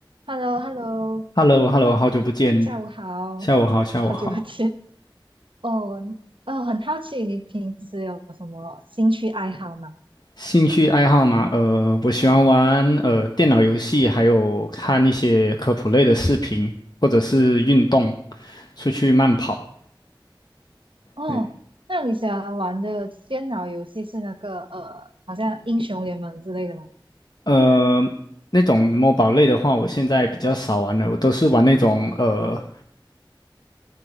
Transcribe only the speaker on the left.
h e l l o h e l l o 好久不见，
下午好，下午好。
兴趣爱好嘛，呃，我喜欢玩呃电脑游戏，还有看一些科普类的视频，或者是运动，出去慢跑。
对，
呃，那种 m 宝类的话，我现在比较少玩了，我都是玩那种呃